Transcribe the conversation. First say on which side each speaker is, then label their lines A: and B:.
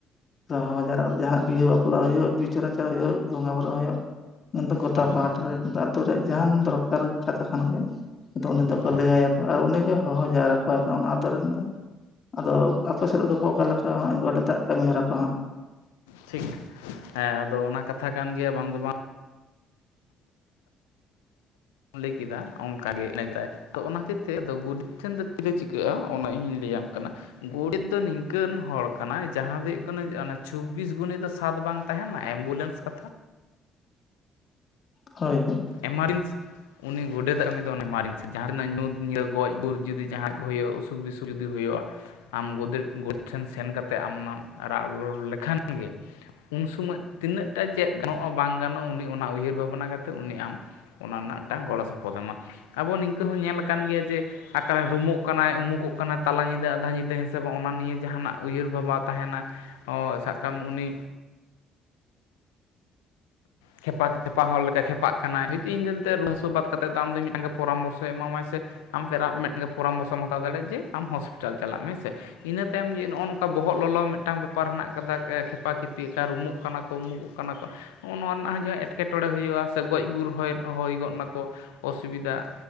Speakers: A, on the left; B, on the left.
A: ᱵᱟᱦᱟ ᱵᱟ ᱡᱟᱣᱨᱟ ᱡᱟᱦᱟᱱᱟᱜ ᱵᱤᱦᱟᱹ ᱵᱟᱯᱞᱟ ᱦᱩᱭᱩᱜ ᱵᱤᱪᱟᱹᱨ ᱨᱟᱪᱟᱨ ᱦᱩᱭᱩᱜ ᱵᱚᱸᱜᱟ ᱵᱩᱨᱩ ᱦᱩᱭᱩᱜ ᱩᱱᱤ ᱫᱚ ᱜᱚᱴᱟ
B: ᱦᱳᱭ
A: ᱯᱟᱦᱟᱴᱟ ᱨᱮ ᱠᱤᱱᱛᱩ ᱟᱹᱛᱩ ᱨᱮᱭᱟᱜ ᱡᱟᱦᱟᱱ ᱫᱚᱨᱠᱟᱨ ᱠᱟᱛᱷᱟ ᱠᱟᱱ ᱜᱮ ᱠᱤᱱᱛᱩ ᱩᱱᱤ ᱫᱚᱠᱚ
B: ᱦᱮᱸ
A: ᱞᱟᱹᱭᱟᱭᱟ ᱟᱨ ᱩᱱᱤᱜᱮ ᱦᱚᱦᱚ ᱡᱟᱣᱨᱟ ᱠᱚᱣᱟᱭ ᱛᱚ ᱚᱱᱟ ᱟᱛᱳ ᱨᱮᱱ ᱫᱚ ᱟᱫᱚ ᱟᱯᱮ ᱥᱮᱫ ᱨᱮ ᱫᱚ ᱜᱚᱢᱠᱮ ᱚᱠᱟ ᱞᱮᱠᱟ ᱜᱚᱰᱮᱛᱟᱜ ᱠᱟᱹᱢᱤᱦᱚᱨᱟ ᱠᱚ ᱦᱟᱸᱜ
B: ᱴᱷᱤᱠ ᱦᱮᱸ ᱟᱫᱚ ᱚᱱᱟ ᱠᱟᱛᱷᱟ ᱠᱟᱱ ᱜᱮᱭᱟ ᱵᱟᱝ ᱫᱚ ᱵᱟᱝ ᱞᱟᱹᱭ ᱠᱮᱫᱟ ᱚᱱᱠᱟᱜᱮ ᱤᱱᱟᱹ ᱠᱮᱫᱟᱭ ᱛᱚ ᱚᱱᱟ ᱠᱷᱟᱹᱛᱤᱨ ᱛᱮ ᱜᱚᱰᱮᱛ ᱴᱷᱮᱱ ᱫᱚ ᱛᱤᱨᱮ ᱪᱤᱠᱟᱹᱜᱼᱟ ᱚᱱᱟ ᱤᱧ ᱞᱟᱹᱭᱟᱢ ᱠᱟᱱᱟ᱾ ᱜᱩᱰᱮᱛ ᱫᱚ ᱱᱤᱝᱠᱟᱹᱱ ᱦᱚᱲ ᱠᱟᱱᱟᱭ ᱡᱟᱦᱟᱸ ᱫᱚ ᱦᱩᱭᱩᱜ ᱠᱟᱱᱟ ᱪᱚᱵᱵᱤᱥ ᱜᱩᱱᱤᱛᱚ ᱥᱟᱛ ᱵᱟᱝ ᱛᱟᱦᱮᱱᱟ ᱮᱢᱵᱩᱞᱮᱸᱥ ᱠᱟᱛᱷᱟ
A: ᱦᱳᱭ ᱦᱳᱭ
B: ᱮᱢᱟᱨᱡᱮᱱᱥᱤ ᱩᱱᱤ ᱜᱚᱰᱮᱛᱟᱜ ᱠᱟᱹᱢᱤ ᱫᱚ ᱚᱱᱟ ᱮᱢᱟᱨᱡᱮᱱᱥᱤ ᱡᱟᱦᱟᱸ ᱨᱮᱱᱟᱜ ᱧᱩᱛ ᱧᱤᱫᱟᱹ ᱜᱚᱡ ᱜᱩᱨ ᱡᱩᱫᱤ ᱡᱟᱦᱟᱸ ᱠᱚ ᱦᱩᱭᱩᱜᱼᱟ ᱚᱥᱩᱠ ᱵᱤᱥᱩᱠ ᱡᱩᱫᱤ ᱦᱩᱭᱩᱜᱼᱟ ᱟᱢ ᱜᱩᱰᱮᱛ ᱜᱚᱰ ᱴᱷᱮᱱ ᱥᱮᱱ ᱠᱟᱛᱮᱫ ᱟᱢ ᱚᱱᱟᱢ ᱨᱟᱜ ᱨᱚᱲ ᱞᱮᱠᱷᱟᱱ ᱜᱮ ᱩᱱ ᱥᱚᱢᱚᱭ ᱛᱤᱱᱟᱹᱜ ᱴᱟ ᱪᱮᱫ ᱜᱟᱱᱚᱜᱼᱟ ᱵᱟᱝ ᱜᱟᱱᱚᱜᱼᱟ ᱩᱱᱤ ᱚᱱᱟ ᱩᱭᱦᱟᱹᱨ ᱵᱷᱟᱵᱽᱱᱟ ᱠᱟᱛᱮᱫ ᱩᱱᱤ ᱟᱢ ᱚᱱᱟ ᱨᱮᱱᱟᱜ ᱢᱤᱫᱴᱟᱝ ᱜᱚᱲᱚ ᱥᱚᱯᱚᱦᱚᱫ-ᱮ ᱮᱢᱟ ᱟᱵᱚ ᱱᱤᱝᱠᱟᱹ ᱦᱚᱸ ᱧᱮᱞᱟᱠᱟᱱ ᱜᱮᱭᱟ ᱡᱮ ᱚᱠᱟᱨᱮ ᱨᱩᱢᱚᱜ ᱠᱟᱱᱟᱭ ᱩᱢᱩᱩᱜᱚᱜ ᱠᱟᱱᱟᱭ ᱛᱟᱞᱟ ᱧᱤᱫᱟᱹ ᱟᱫᱷᱟ ᱧᱤᱫᱟᱹ ᱦᱮᱸᱥᱮ ᱵᱟᱝ ᱚᱱᱟ ᱱᱤᱭᱮ ᱡᱟᱦᱟᱱᱟᱜ ᱩᱭᱦᱟᱹᱨ ᱵᱷᱟᱵᱽᱱᱟ ᱛᱟᱦᱮᱱᱟ ᱦᱳᱭ ᱥᱟᱵ ᱠᱟᱜ ᱢᱮ ᱩᱱᱤ ᱠᱷᱮᱯᱟ ᱠᱷᱮᱯᱟ ᱦᱚᱲ ᱞᱮᱠᱟ ᱠᱷᱮᱯᱟᱜ ᱠᱟᱱᱟᱭ ᱦᱚᱭᱛᱳ ᱤᱧᱫᱚ ᱞᱟᱹᱭᱫᱟᱧ ᱨᱩᱣᱟᱹ ᱦᱟᱹᱥᱩ ᱵᱟᱫ ᱠᱟ ᱠᱟᱛᱮᱫ ᱟᱢᱫᱚ ᱢᱤᱫᱴᱟᱝ ᱜᱮ ᱯᱚᱨᱟᱢᱚᱨᱥᱚᱭ ᱮᱢᱟᱢᱟᱭ ᱥᱮ ᱟᱢ ᱯᱮᱨᱟ ᱢᱮᱜᱴᱮᱝ ᱯᱚᱨᱟᱢᱚᱨᱥᱚᱢ ᱦᱟᱛᱟᱣ ᱫᱟᱲᱮᱜᱼᱟ ᱡᱮ ᱟᱢ ᱦᱚᱥᱯᱤᱴᱟᱞ ᱪᱟᱞᱟᱜ ᱢᱮ ᱦᱮᱸᱥ ᱥᱮ᱾ ᱤᱱᱟᱹ ᱛᱟᱭᱚᱢ ᱡᱮ ᱱᱚᱜᱼᱚ ᱱᱚᱠᱟ ᱵᱚᱦᱚᱜ ᱞᱚᱞᱚ ᱢᱤᱜᱴᱟᱝ ᱵᱮᱯᱟᱨ ᱦᱮᱱᱟᱜ ᱠᱟᱫᱟ ᱮ ᱠᱷᱮᱯᱟ ᱠᱷᱤᱠᱟ ᱮᱠᱟ ᱨᱩᱢᱩᱜ ᱠᱟᱱᱟ ᱠᱚ ᱩᱢᱩᱜ ᱠᱟᱱᱟ ᱠᱚ, ᱦᱚᱜᱼᱱᱚᱣᱟ ᱨᱮᱱᱟᱜ ᱦᱚᱸ ᱡᱟᱦᱟᱸ ᱮᱸᱴᱠᱮᱴᱚᱬᱮ ᱦᱩᱭᱩᱜᱼᱟ ᱥᱮ ᱜᱚᱡ ᱜᱩᱨ ᱦᱚᱭ ᱦᱩᱭ ᱜᱚᱫ ᱱᱟᱠᱚ᱾ ᱚᱥᱩᱵᱤᱫᱷᱟ